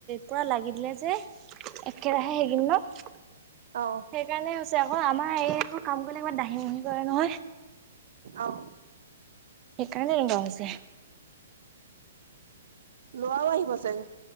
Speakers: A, on the right; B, on the right.
A: পুৰা লাগি দিলে যে একেৰাহে সেইকিন ন সেইকাৰণে
B: অ
A: হৈছে আকৌ আমাৰ এই ত কাম কৰিলে ইমান দাহি মুহি কৰে নহয়
B: আহ
A: সেইকাৰণে লগগ আছে
B: লোৱাও আহি বচাগে